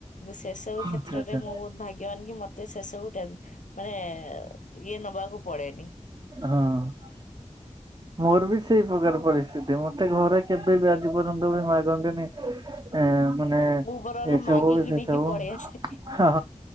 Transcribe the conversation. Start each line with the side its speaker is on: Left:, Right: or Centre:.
Left: ମୁ ସେ ସବୁ
Right: ଆଚ୍ଛା
Left: କ୍ଷେତ୍ରରେ
Right: ଆଚ୍ଛା
Left: ମୁ ବହୁତ ଭାଗ୍ୟବାନ କି ମତ ତେ ସେ ସେସବୁ ଟେନ ମାନେ ଇଏ ନବାକୁ ପଡେନି।
Right: ହଁ। ମୋର ବି ସେଇ ପ୍ରକାର ପରିସ୍ଥିତି ମତେ ଘରେ କେବେ ବି ଆଜି ପର୍ଯ୍ୟନ୍ତ ବି ମାଗନ୍ତିନି। ଏ ମାନେ
Left: ମୁଁ ବରଂ
Right: ଏସବୁ
Left: ମାଗିକି
Right: ସେ
Left: ନେଇକି
Right: ସବୁ।
Left: ପଳେଇ ଆସେ।
Right: ହଁ